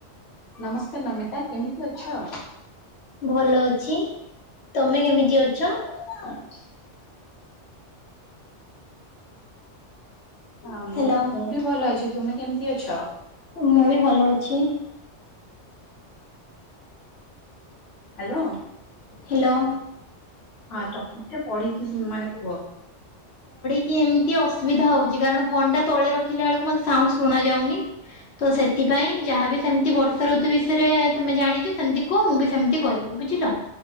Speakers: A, on the left; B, on the left.
A: ନମସ୍କାର ନମିତା କେମିତି ଅଛ?
B: ଭଲ ଅଛି ତମେ କେମିତି ଅଛ?
A: <unintelligible> ହଁ ମୁ
B: ହ୍ୟାଲୋ
A: ମୁଁ ବି ଭଲ ଅଛି ତୁମେ କେମିତି ଅଛ?
B: ମୁଁ ବି ଭଲ ଅଛି।
A: ହାଲୋ।
B: ହ୍ୟାଲୋ।
A: ହଁ ଟପିକ ଟା ପଢି କି ମାନେ କୁହ?
B: କି ଏମିତି ଅସୁବିଧା ହେଉଛି କାରଣ ଫୋନ୍ଟା ତଳେ ରଖିଲା ବେଳକୁ ମୋତେ ସାଉଣ୍ଡ ଶୁଣାାଯାଉନି? ତ ସେଥିପାଇଁ ଯାହାବି ସେମିତି ବର୍ଷା ଋତୁ ବିଷୟରେ ତୁମେ ଜାଣିଛ ସେମିତି କୁହ ମୁଁ ବି ସେମିତି କହିବି ବୁଝିଲ